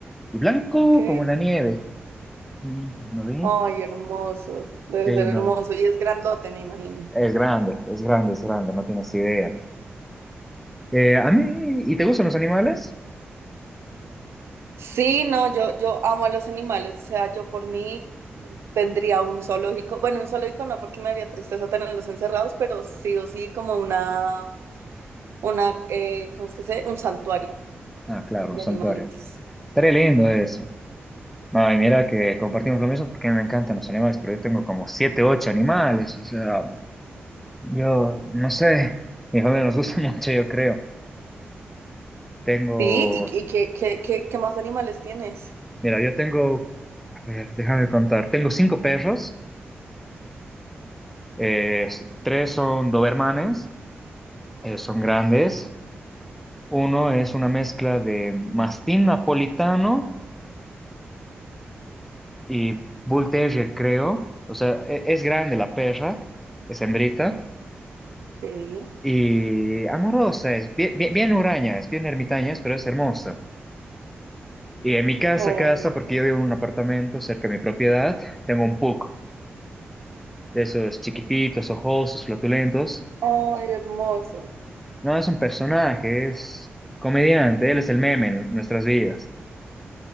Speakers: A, in the centre; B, on the right (about 90°).
A: Y blanco
B: ok.
A: como la nieve. Y no vi.
B: Ay, hermoso. Debe
A: Sí,
B: ser
A: no.
B: hermoso. Y es grandote, me imagino.
A: Es grande, es grande, es grande, no tienes idea. Eh, a mí, ¿y te gustan los animales?
B: Sí, no, yo, yo amo a los animales. O sea, yo por mí tendría un zoológico. Bueno, un zoológico no, porque me daría tristeza tenerlos encerrados, pero sí o sí como una, una, eh, ¿cómo es que se? dice? Un santuario
A: Ah, claro,
B: de
A: un santuario.
B: animalitos.
A: Estaría lindo eso. No, y mira que compartimos lo mismo porque a mí me encantan los animales, pero yo tengo como siete, ocho animales. O sea, yo no sé. Mi familia nos gusta <laughs> mucho, yo creo. Tengo,
B: Sí, ¿y, y qué, qué, qué, qué más animales tienes?
A: mira, yo tengo, a ver, déjame contar. Tengo cinco perros. eh, s- tres son dobermanes, eh, son grandes. Uno es una mezcla de mastín napolitano y bull terrier, creo. O sea, e- es grande la perra, es hembrita.
B: Sí.
A: Y amorosa, es bien, bien, bien huraña, es bien ermitaña, pero es hermosa. Y en mi casa,
B: Oh,
A: casa, porque yo vivo en un apartamento cerca de mi propiedad, tengo un pug, de esos chiquititos, ojosos, flatulentos.
B: ay, hermoso.
A: No, es un personaje, es comediante, él es el meme en nuestras vidas.